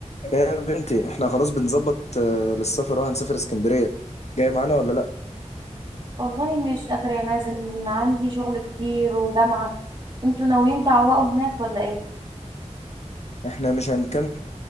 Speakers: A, on the left; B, on the right.
A: ايه يا بنتي احنا خلاص بنظبط آه، للسفر اه هنسافر اسكندرية جاي معانا ولا لا
B: والله مش قادرة يا مازن عندي شغل كتير وجامعة انتوا ناويين تعوقوا هناك ولا ايه
A: احنا مش هنكمل